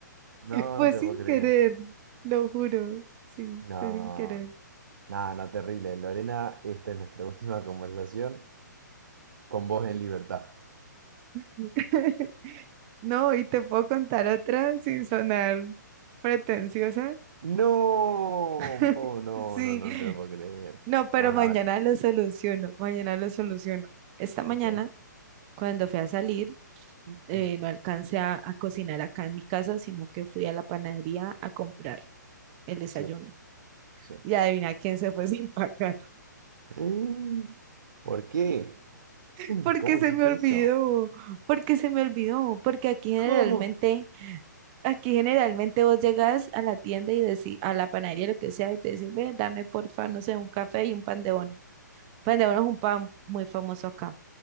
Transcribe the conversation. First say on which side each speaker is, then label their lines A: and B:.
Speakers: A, on the right (about 75°); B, on the right (about 30°).
A: No,
B: Fue
A: no te
B: sin
A: puedo creer.
B: querer, lo juro. Sí,
A: No,
B: fue sin querer.
A: nada, no, terrible. Lorena, esta es nuestra <laughs> última conversación con vos en libertad.
B: <laughs> No, y te puedo contar otra sin sonar pretenciosa.
A: No,
B: <laughs>
A: po- no,
B: Sí,
A: no, no te lo puedo creer.
B: no, pero
A: Bueno,
B: mañana
A: a ver,
B: lo soluciono, mañana lo soluciono. Esta mañana
A: ok.
B: Cuando fui a salir,
A: <clears throat>
B: eh, no alcancé a, a cocinar acá en mi casa, sino que fui a la panadería a comprar el desayuno.
A: Sí, sí.
B: Y adivina quién se fue sin pagar.
A: <gasps> ¿Por qué?
B: <laughs>
A: Mm,
B: Porque
A: ¿Cómo
B: se
A: hiciste
B: me olvidó,
A: eso?
B: porque se me olvidó, porque aquí generalmente,
A: ¿Cómo?
B: aquí generalmente vos llegas a la tienda y decís, a la panadería, lo que sea, y te decís, ve, dame porfa, no sé, un café y un pan de bono. Pan de bono es un pan muy famoso acá.